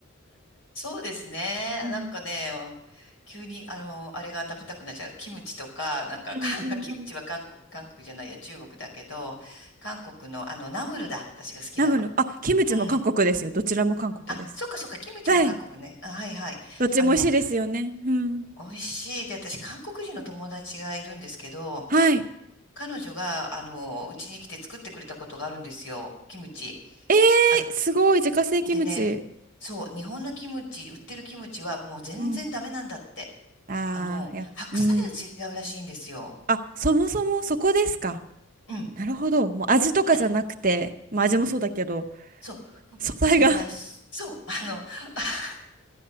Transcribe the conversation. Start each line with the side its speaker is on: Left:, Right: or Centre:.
Left: そうですね。
Right: うん
Left: なんかね、急に、あの、あれが食べたくなっちゃう。キムチとか、なんか、
Right: うんうんうん。
Left: か <laughs> キムチは韓国、韓国じゃないや、中国だけど、韓国の、あの、ナムルだ。私が好きなの。
Right: ナムル、あ、キムチも韓国ですよ。
Left: うん。
Right: どちらも韓国です。
Left: あ、そっかそっか、キムチも韓国ね。
Right: はい。
Left: あ、はいはい。
Right: どっちも美味しいですよね。
Left: あの、
Right: うん。
Left: 美味しい。で、私、韓国人の友達がいるんですけど、
Right: はい。
Left: 彼女が、あの、うちに来て作ってくれたことがあるんですよ。キムチ。
Right: え
Left: あ、
Right: ー、すごい、自家製キムチ。
Left: でね、そう、日本のキムチ、売ってるキムチはもう全然ダメなんだって。
Right: うんああ、
Left: あの、
Right: やっ、
Left: 白菜が違うらしいんですよ。
Right: うん。あ、そもそもそこですか。
Left: うん。
Right: なるほど。もう味とかじゃなくて、
Left: や、
Right: まあ味もそうだけど、
Left: そう。もうそのやす、
Right: 素材が
Left: そう。あの、<laughs>